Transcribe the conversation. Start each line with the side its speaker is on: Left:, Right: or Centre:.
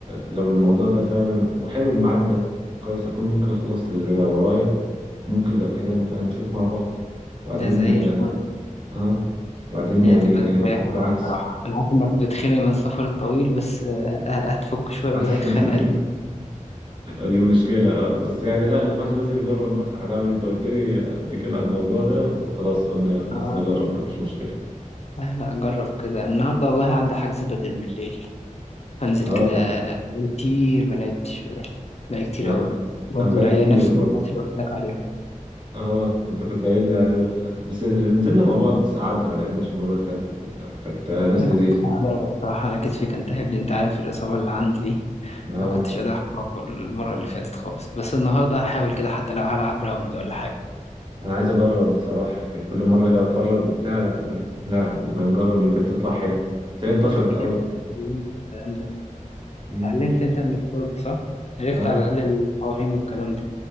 Right: لو الموضوع ده فعلا وحلو الميعاد ده كويس اكون ممكن خلصت اللي ورايا ممكن لو كده نبقى نشوف مع بعض وبعدين
Left: ده زي الفل
Right: اه وبعدين
Left: هي
Right: يعني
Left: تبقى
Right: بالعكس
Left: شوية حلوة الصراحة أنا عارف إنك بتخنق من السفر الطويل بس آه، آه، هتفك شوية
Right: <laughs>
Left: بقى زي الخنقة دي
Right: دي مشكلة اه بس يعني لا الواحد لازم يجرب بقى هنعمل إيه؟ انت قلت لي قبل كده على الموضوع ده وخلاص قلنا خلاص
Left: آه.
Right: نجرب مفيش مشكلة
Left: لا لا جرب كده النهاردة والله عندي حجز بدل بالليل هنزل
Right: اه
Left: كده بقالي كتير ما لعبتش بدل بقالي كتير
Right: انا
Left: قوي برضه
Right: انا بقالي
Left: العيال
Right: كتير
Left: نفس
Right: برضه
Left: الناس اللي قلت لك عليهم
Right: اه انت كنت قايل لي عليه وبتاع بس نزلنا مع بعض بس قعدنا ما لعبناش المره اللي فاتت وبتاع كانت آه، ناس
Left: انا
Right: لذيذه
Left: كنت تعبان بصراحه انا كتفي كان تعبني انت عارف الاصابه اللي عندي دي
Right: اه
Left: ما كنتش قادر احرك المره اللي فاتت خالص بس النهارده هحاول كده حتى لو هلعب راوند ولا حاجه
Right: انا عايز اجرب بصراحه يعني كل مره اجي اتفرج وبتاع لكن لا ما نجرب يمكن تطلع حلو بس هي انتشرت
Left: عرفت
Right: قوي
Left: كده الكلام ده
Right: مم.
Left: اتعلمت انت من الفرجه صح عرفت
Right: اه
Left: على الاقل القوانين والكلام ده